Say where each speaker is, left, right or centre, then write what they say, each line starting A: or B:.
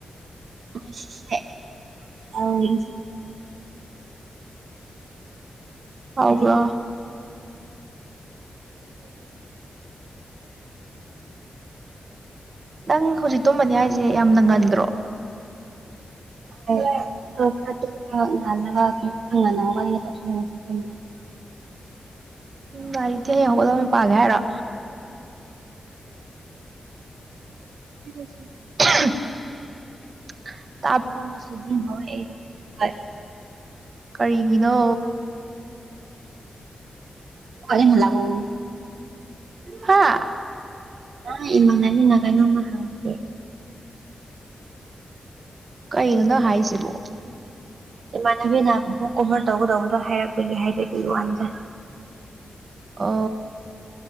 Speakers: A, on the right; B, on the right.
A: ꯦ
B: ꯍꯥꯎꯕ꯭ꯔꯣ
A: ꯑꯗꯨ ꯆꯥꯡ
B: ꯅꯪ ꯍꯧꯖꯤꯛ ꯇꯨꯝꯕꯅꯤ ꯍꯥꯏꯁꯦ ꯌꯥꯝꯅ ꯉꯟꯗ꯭ꯔꯣ
A: ꯇ
B: ꯒꯥꯔꯤꯗꯤ ꯍꯦꯛ ꯍꯧꯒꯗꯕꯅꯤ ꯄꯥꯒꯦ ꯍꯥꯏꯔ
A: ꯁꯨ
B: <unintelligible>
A: ꯈꯣꯡꯒ ꯁꯥꯖꯤꯤꯡꯍꯧꯋꯦ ꯑꯩꯗꯣ ꯍꯣꯏ
B: ꯀꯔꯤꯒꯤꯅꯣ
A: ꯑꯔꯦ ꯃꯂꯒꯣꯟ
B: ꯍꯥꯥ
A: ꯑ ꯏꯃ ꯃꯤꯅꯥ ꯀꯥꯏꯅ ꯃꯥ ꯑꯣꯦ
B: ꯀꯩꯅꯩꯅꯣꯗ ꯍꯥꯏꯁꯤꯕꯣ
A: ꯏꯃꯥꯟꯅꯕꯤꯅ ꯑꯃꯛ ꯀꯣꯚꯔ ꯇꯧꯒꯗꯧꯕꯗꯣ ꯍꯥꯏꯔꯛꯄꯒꯤ ꯍꯥꯏꯕ ꯑꯗꯨꯒꯤ ꯋꯥꯅꯤꯗ
B: ꯑ